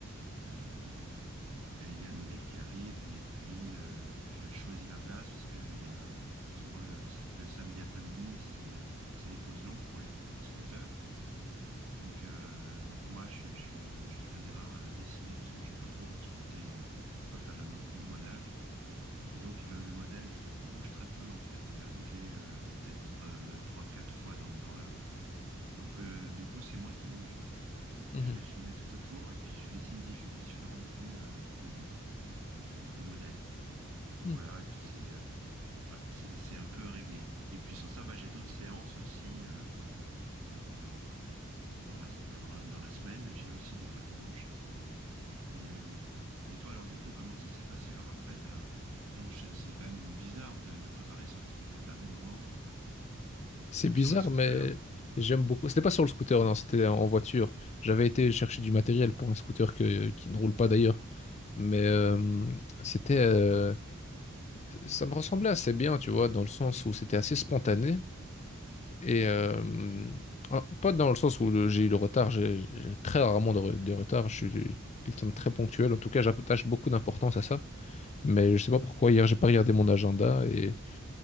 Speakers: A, on the right; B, on the left.
A: Euh, Il y, a il y a le modèle qui arrive et puis euh, je choisis ma place parce que il y a souvent le, sa- le samedi après-midi, c'est euh, c'est des pauses longues pour les sculpteurs. Donc, euh, donc moi, je, suis- je, suis je suis un des rares à dessiner parce que moi, j'aime pas trop sculpter, euh, enfin faire de la- du modelage. Et donc, le, le modèle jou- bouge très peu en fait. Il va bouger euh, peut-être euh, trois, quatre fois dans, dans l'heure. Donc, euh, du coup, c'est moi qui bouge. Donc,
B: mhm,
A: je fais, je me mets tout autour et puis je dessine diff- différentes vues euh, du, euh, du, du modèle. Donc
B: hmm.
A: voilà, et puis c'est euh, voilà, c'est c'est un peu réglé. Et puis sans ça, bah, j'ai d'autres séances aussi euh, dans, dans la, dans la, dans la semaine. J'y vais aussi des fois le dimanche. Mais, euh, et toi, alors du coup, comment ça s'est passé? Alors après, t'as... Non, je- c'est quand même bizarre de, de préparer son truc au dernier moment euh,
B: C'est bizarre,
A: sur le scooter.
B: mais j'aime beaucoup. C'était pas sur le scooter, non, c'était en voiture. J'avais été chercher du matériel pour un scooter que- qui ne roule pas d'ailleurs. Mais euh, c'était, euh, ça me ressemblait assez bien, tu vois, dans le sens où c'était assez spontané. Et euh, ah, pas dans le sens où le- j'ai eu le retard, j'ai j'ai très rarement de, re- de retard. Je suis quelqu'un de très ponctuel. En tout cas, j'attache beaucoup d'importance à ça. Mais je sais pas pourquoi, hier, j'ai pas regardé mon agenda et